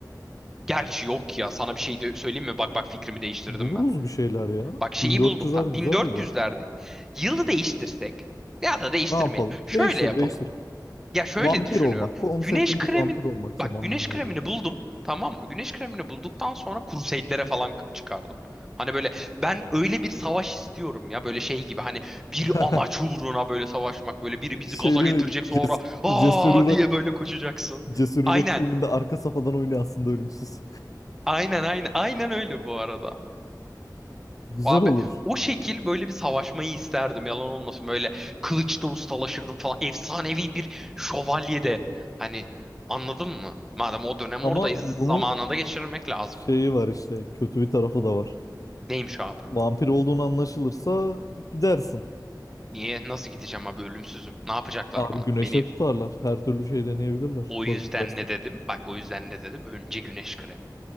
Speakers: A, in the centre; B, on the left.
A: Gerçi yok ya sana bir şey de söyleyeyim mi? Bak bak fikrimi değiştirdim
B: buluruz
A: ben.
B: bir şeyler ya.
A: Bak şeyi
B: 1400'ler
A: buldum. Tam
B: güzel
A: 1400'lerde.
B: yıllar.
A: Yılı değiştirsek ya da değiştirmeyelim.
B: Ne yapalım?
A: Şöyle
B: Değiştir,
A: yapalım.
B: değiştir.
A: Ya şöyle
B: Vampir
A: düşünüyorum.
B: olmak. Konseptimiz
A: Güneş kremin
B: vampir olmak
A: bak
B: zamandan
A: güneş
B: daha
A: kremini
B: ziyade.
A: buldum. Tamam mı? Güneş kremini bulduktan sonra Crusade'lere falan k- çıkardım. Hani böyle ben öyle bir savaş istiyorum ya böyle şey gibi hani bir
B: <laughs>
A: amaç uğruna böyle savaşmak böyle biri bizi
B: Şeyini
A: gaza getirecek sonra
B: cesur,
A: aa
B: cesur
A: diye böyle koşacaksın.
B: Cesur Yürek
A: Aynen.
B: filminde arka safadan oynuyor aslında ölümsüz.
A: Aynen aynen aynen öyle bu arada.
B: <laughs> Güzel
A: Abi
B: olur.
A: o şekil böyle bir savaşmayı isterdim yalan olmasın. Böyle kılıçta ustalaşırdım falan. Efsanevi bir şövalyede. Hani anladın mı? Madem o dönem
B: Ama
A: oradayız
B: bunun
A: zamanında geçirmek lazım.
B: şeyi var işte. Kötü bir tarafı da var.
A: Neymiş abi?
B: Vampir olduğunu anlaşılırsa gidersin.
A: Niye? Nasıl gideceğim abi? Ölümsüzüm. Ne yapacaklar
B: Abi
A: bana?
B: güneşe
A: Beni
B: tutarlar. Her türlü şey deneyebilirler. Tutabilirlerse.
A: o yüzden ne dedim? Bak o yüzden ne dedim? Önce güneş kremi.